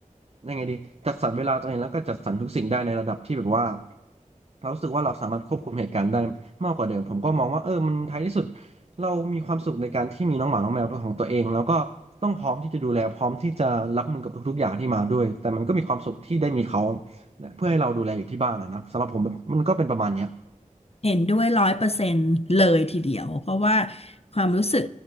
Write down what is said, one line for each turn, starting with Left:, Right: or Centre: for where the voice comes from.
Right: ยังไงดีจัดสรรเวลาตัวเองแล้วก็จัดสรรทุกสิ่งได้ในระดับที่แบบว่าเรารู้สึกว่าเราสามารถควบคุมเหตุการณ์ได้มากกว่าเดิมผมก็มองว่าเออมันท้ายที่สุดเรามีความสุขในการที่มีน้องหมาน้องแมวเป็นของตัวเองแล้วก็ต้องพร้อมที่จะดูแลพร้อมที่จะรับมือกับทุกๆอย่างที่มาด้วยแต่มันก็มีความสุขที่ได้มีเขาเพื่อให้เราดูแลอยู่ที่บ้านนะนะสำหรับผมแบบมันก็เป็นประมาณเนี้ย
Left: เห็นด้วยร้อยเปอร์เซ็นต์เลยทีเดียวเพราะว่าความรู้สึก